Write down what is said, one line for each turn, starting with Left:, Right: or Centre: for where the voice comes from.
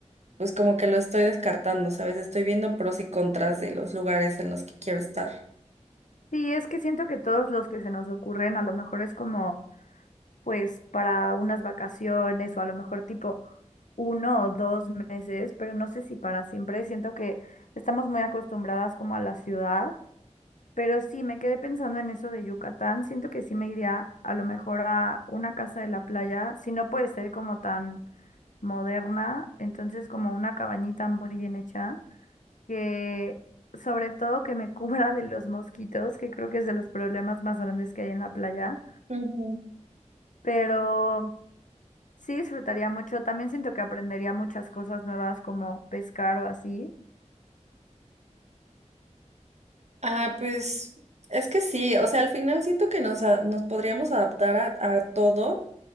Right: pues como que lo estoy descartando, ¿sabes? Estoy viendo pros y contras de los lugares en los que quiero estar.
Left: sí, es que siento que todos los que se nos ocurren a lo mejor es como, pues, para unas vacaciones o a lo mejor tipo uno o dos meses, pero no sé si para siempre. Siento que estamos muy acostumbradas como a la ciudad Pero sí, me quedé pensando en eso de Yucatán. Siento que sí me iría a lo mejor a una casa de la playa, si no puede ser como tan moderna, entonces como una cabañita muy bien hecha, que sobre todo que me <laughs> cubra de los mosquitos, que creo que es de los problemas más grandes que hay en la playa,
Right: Ujú.
Left: pero sí disfrutaría mucho. También siento que aprendería muchas cosas nuevas como pescar o así.
Right: Ah, pues es que sí, o sea, al final siento que nos, a- nos podríamos adaptar a, a todo,